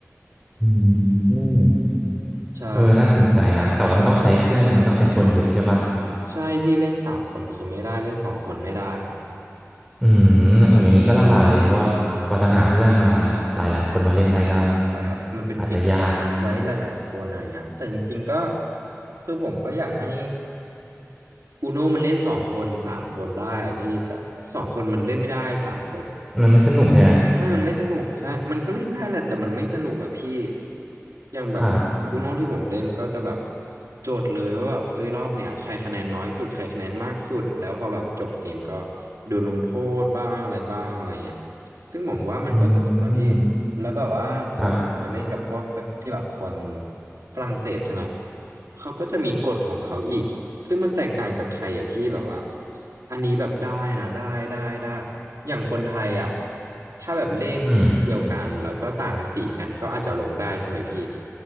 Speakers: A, in the centre; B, on the right.
A: อืม
B: ใช่
A: เออน่าสนใจนะแต่ว่ามันต้องใช้เพื่อนมันต้องใช้คนเยอะใช่ปะ
B: ใช่พี่เล่นสามคนคือไม่ได้เล่นสองคนไม่ได้อะ
A: อืมโอ้ยอย่างนี้ก็ลำบากเลยเพราะว่ากว่าจะหาเพื่อนมาหลายๆคนมาเล่นได้ก็
B: ใช่ครับ มันเป็นเกมที่แบบว่าไว้หลายๆคนอะไรเงี้ยแต่จริงๆก็
A: อาจจะยาก
B: คือผมก็อยากให้อูโนมันเล่นสองคนสามคนได้อะพี่ แต่สองคนมันเล่นไม่ได้สามคน
A: มันไม่สนุกใช่ไหม
B: ใช่มันไม่สนุกใช่มันก็เล่นได้แหละแต่มันไม่สนุกอะพี่อย่างแบบอูโน่ที่ผมเล่นก็จะแบบ
A: <laughs> ครับ
B: โจทย์เลยว่าแบบเอ้ยรอบเนี่ยใครคะแนนน้อยสุดใครคะแนนมากสุดแล้วพอแบบจบเกมก็โดนลงโทษบ้างอะไรบ้างอะไรเงี้ยซึ่งผมว่ามันก็สนุกนะพี่
A: อืม
B: แล้วแบบว่าผมจะเล่นกับพวกที่แบบคน
A: ครับ
B: ฝรั่งเศสใช่ไหมเขาก็จะมีกฎของเขาอีกซึ่งมันแตกต่างจากไทยอะพี่แบบว่าอันนี้แบบได้นะได้ได้ได้ อย่างคนไทยอ่ะถ้าแบบเลขเลขเดียวกันแล้วก็ต่างสีกันก็อาจจะลงได้ใช่ไหมพี่
A: อืม